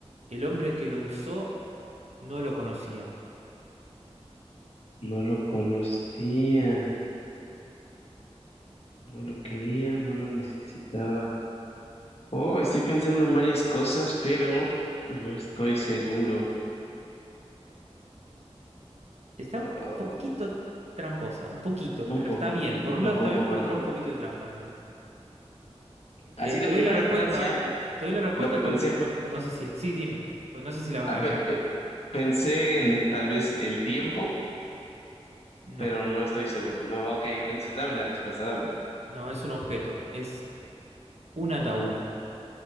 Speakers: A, on the right; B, on the left.
A: El hombre que lo usó no lo conocía.
B: No lo conocía, no lo quería, no lo necesitaba. Oh, estoy pensando en varias cosas, pero no estoy seguro.
A: Está
B: Oh,
A: un poquito tramposa, un poquito,
B: un
A: pero
B: poco,
A: está bien. Por
B: un
A: un
B: poco,
A: lado está
B: un poco,
A: bien, por
B: un
A: otro
B: poco.
A: lado un poquito de trampa tiene. Te,
B: Así
A: te
B: de primera
A: doy la respuesta.
B: instancia,
A: Te doy la respuesta
B: lo que pensé
A: porque
B: fue,
A: no, no sé si... Sí, dime. Pues no sé si la vas
B: ah,
A: a agarrar.
B: pe- pe- pensé en tal vez el tiempo,
A: No,
B: pero no estoy seguro. No, ok, entonces dame la respuesta, dámela.
A: no, es un objeto. Es un ataúd.